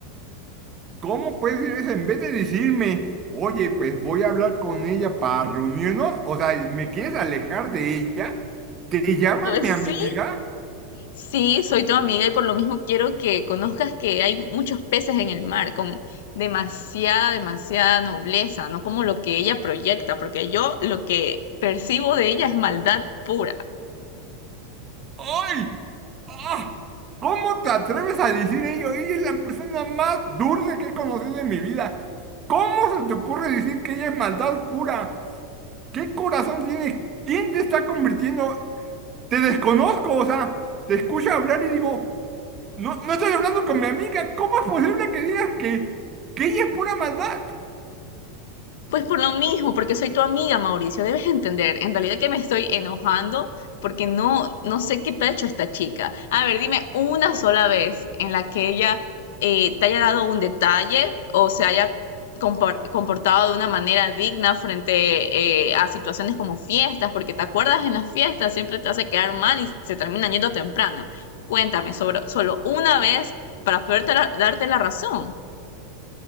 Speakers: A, on the right (about 25°); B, on the left (about 75°).
A: ¿Cómo puedes decir eso? En vez de decirme, oye, pues voy a hablar con ella para reunirnos. O sea, ¿me quieres alejar de ella? ¿Te llama
B: Pues
A: mi amiga?
B: sí, Sí, soy tu amiga y por lo mismo quiero que conozcas que hay muchos peces en el mar con demasiada, demasiada nobleza, no como lo que ella proyecta, porque yo lo que percibo de ella es maldad pura.
A: ¡Ay! ¡Ah! ¿Cómo te atreves a decir ello? Ella es la persona más dulce que he conocido en mi vida. ¿Cómo se te ocurre decir que ella es maldad pura? ¿Qué corazón tienes? ¿Quién te está convirtiendo? Te desconozco, o sea, te escucho hablar y digo, no, no estoy hablando con mi amiga. ¿Cómo es posible que digas que, que ella es pura maldad?
B: Pues por lo mismo, porque soy tu amiga, Mauricio, debes entender. En realidad que me estoy enojando porque no, no sé qué te ha hecho esta chica. A ver, dime una sola vez en la que ella eh, te haya dado un detalle o se haya compor- comportado de una manera digna frente eh, a situaciones como fiestas, porque te acuerdas en las fiestas, siempre te hace quedar mal y se termina yendo temprano. Cuéntame sobre solo una vez para poder darte la razón.